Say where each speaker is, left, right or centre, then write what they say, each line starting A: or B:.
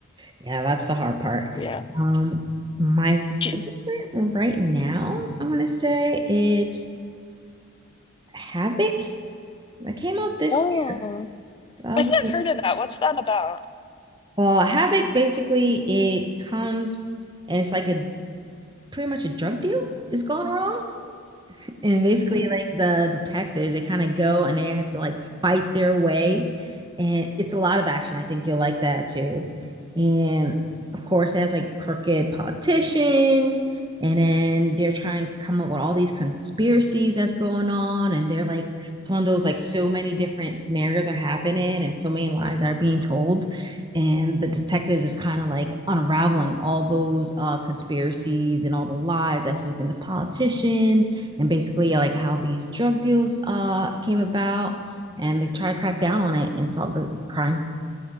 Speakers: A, on the right; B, on the left.
A: Yeah, that's the hard part.
B: Yeah.
A: Um, my
B: J-
A: favorite right now, I want to say it's Havoc that came out this
B: Oh,
A: year. That
B: I
A: was
B: think
A: a good-
B: I've heard of that. What's that about?
A: well, Havoc basically it comes and it's like a pretty much a drug deal is going wrong. and basically
B: Mm.
A: like the detectives they kind of go and they have to like fight their way and it's a lot of action i think you'll like that too and of course it has like crooked politicians and then they're trying to come up with all these conspiracies that's going on and they're like it's one of those like so many different scenarios are happening and so many lies are being told and the detectives is kind of like unraveling all those uh, conspiracies and all the lies that's within the politicians and basically like how these drug deals uh came about and they try to crack down on it and solve the crime.